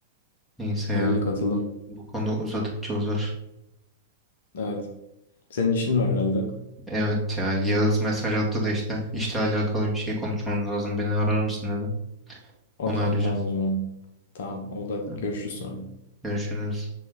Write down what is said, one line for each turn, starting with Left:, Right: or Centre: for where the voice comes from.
Centre: Neyse ya.
Left: Öyle katılım.
Centre: Bu konu uzadıkça uzar.
Left: Evet. Senin işin var herhalde.
Centre: Evet ya Yağız mesaj attı da işte işle alakalı bir şey konuşmamız lazım. Beni arar mısın dedi.
Left: Okey
Centre: Onu arayacağım.
Left: tamam o zaman. Tamam oldu hadi
Centre: Hı.
Left: görüşürüz sonra.
Centre: Görüşürüz.